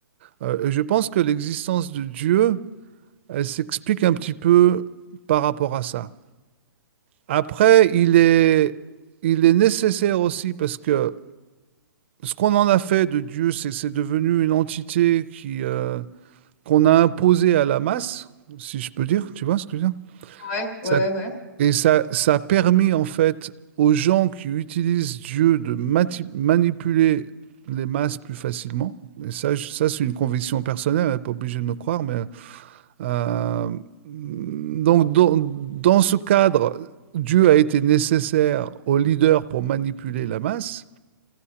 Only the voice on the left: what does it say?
Ouais,
ouais, ouais.